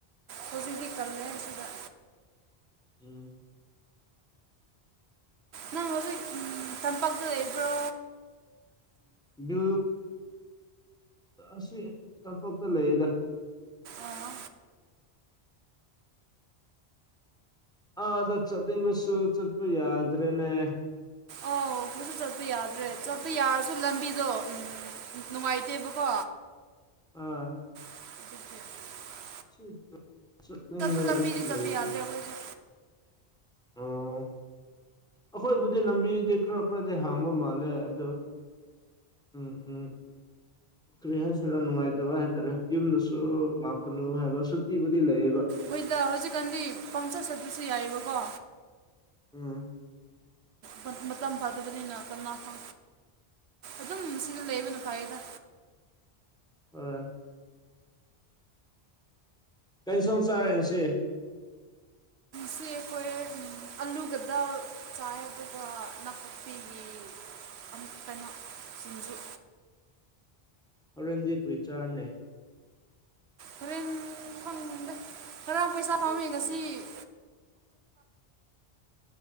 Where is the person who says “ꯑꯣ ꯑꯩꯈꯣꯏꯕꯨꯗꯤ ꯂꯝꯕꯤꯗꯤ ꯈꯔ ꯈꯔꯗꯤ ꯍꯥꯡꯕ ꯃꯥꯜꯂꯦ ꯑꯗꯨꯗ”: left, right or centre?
Centre